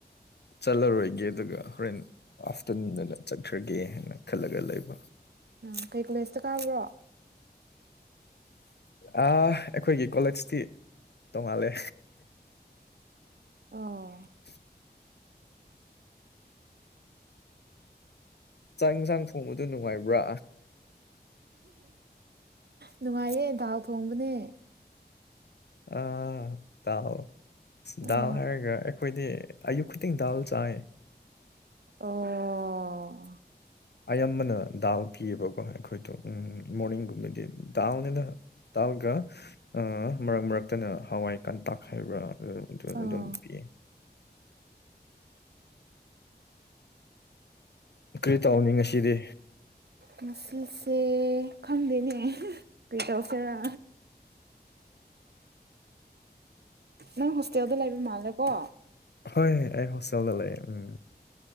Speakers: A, on the left (about 75°); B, on the right (about 70°).
A: ꯆꯠꯂꯔꯣꯏꯒꯦ ꯑꯗꯨꯒ ꯍꯣꯔꯦꯟ ꯑꯥꯐꯇꯔꯅꯨꯟꯗꯅ ꯆꯠꯈ꯭ꯔ ꯀꯒꯦ ꯍꯥꯏꯅ ꯈꯜꯂꯒ ꯂꯩꯕ
B: ꯑ ꯀꯩ ꯀꯣꯂꯦꯖꯇ ꯀꯥꯕ꯭ꯔꯣ
A: ꯑ ꯑꯩꯈꯣꯏꯒꯤ ꯀꯣꯂꯦꯖꯇꯤ ꯇꯣꯡꯉꯥꯜꯂꯦ
B: ꯑꯣ
A: <unintelligible> ꯆꯥꯛ ꯏꯟꯁꯥꯡ ꯊꯣꯡꯕꯗꯣ ꯅꯨꯡꯉꯥꯏꯕ꯭ꯔꯥ
B: ꯅꯨꯡꯉꯥꯏꯌꯦ ꯗꯥꯎ ꯊꯣꯡꯕꯅꯦ
A: ꯑ ꯗꯥꯎ ꯗꯥꯎ
B: ꯑ
A: ꯍꯥꯏꯔꯒ ꯑꯩꯈꯣꯏꯗꯤ ꯑꯌꯨ ꯈꯨꯗꯤꯡ ꯗꯗꯥ ꯆꯥꯦ
B: ꯑꯣ
A: ꯑꯌꯥꯝꯕꯅ ꯗꯥꯜ ꯄꯤꯌꯦꯕꯀꯣ ꯑꯩꯈꯣꯏꯗꯣ ꯎꯝ ꯃꯣꯔꯅꯤꯡꯒꯨꯝꯕꯗꯤ ꯗꯥꯎꯜꯅꯤꯅ ꯇꯥꯜꯒ ꯑ ꯃꯔꯛ ꯃꯔꯔꯛ ꯅꯠꯇꯅ ꯍꯋꯥꯏ ꯀꯟꯇꯥꯛ ꯍꯥꯏꯕ꯭ꯔꯥ ꯑꯗꯨ
B: ꯑꯣ
A: ꯑꯗꯨꯝ ꯄꯤꯑ ꯀꯔꯤ ꯇꯧꯅꯤ ꯉꯁꯤꯗꯤ
B: ꯉꯁꯤꯁꯦ ꯈꯪꯗꯣꯏꯅꯦ ꯀꯩ ꯇꯧꯁꯤꯔ ꯅꯪ ꯍꯣꯁꯇꯦꯜꯗ ꯂꯩꯕ ꯃꯥꯜꯂꯦꯀꯣ
A: ꯍ ꯍ ꯑꯩ ꯍꯣꯁꯇꯦꯜꯗ ꯂꯩ ꯎꯝ